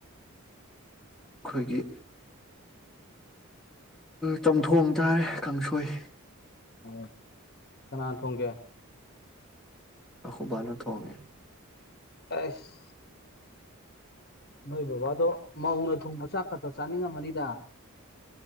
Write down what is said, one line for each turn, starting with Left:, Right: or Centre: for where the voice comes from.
Centre: ꯈꯣꯏꯒꯤ ꯆꯝꯊꯣꯡ ꯇꯥꯔꯦ ꯀꯥꯡꯁꯣꯏ
Left: ꯑꯣ ꯀꯅꯥꯅ ꯊꯣꯡꯒꯦ
Centre: ꯑꯈꯕꯅꯠ ꯍꯣꯡꯒꯦ
Left: ꯑꯁ ꯅꯣꯏ ꯕꯕꯥꯗꯣ ꯃꯧꯅ ꯊꯣꯡꯕ ꯆꯥꯛ ꯈꯛꯇ ꯆꯥꯅꯤꯡꯉꯝꯃꯅꯤꯗ